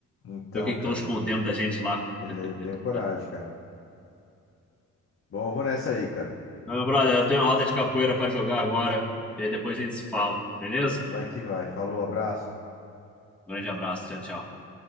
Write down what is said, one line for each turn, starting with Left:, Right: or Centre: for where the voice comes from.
Left: Então,
Centre: Ver o que que estão
Left: cara,
Centre: escondendo da gente lá.
Left: é,
Centre: <laughs>
Left: eu tenho coragem, cara. Bom, eu vou nessa aí, cara.
Centre: Mas, meu brother, eu tenho uma roda de capoeira pra jogar agora. E aí depois a gente se fala, beleza?
Left: Vai que vai. Falou, abraço.
Centre: Grande abraço, tchau, tchau.